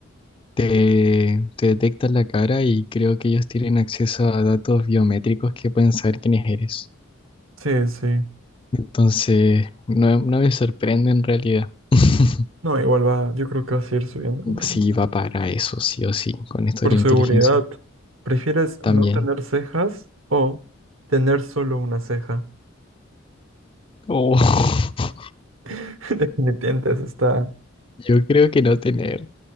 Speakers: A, on the left; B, on the right.
A: te, te detectan la cara y creo que ellos tienen acceso a datos biométricos que pueden saber quiénes eres.
B: sí, sí.
A: Entonces, no, no me sorprende en realidad. <laughs>
B: No, igual va, yo creo que va a seguir subiendo. porque-
A: Sí, va para eso, sí o sí, con esto
B: por
A: de la inteligencia
B: seguridad, ¿prefieres
A: también.
B: no tener cejas o tener solo una ceja?
A: Oh, <laughs>
B: <laughs> Definitivamente eso está.
A: yo creo que no tener,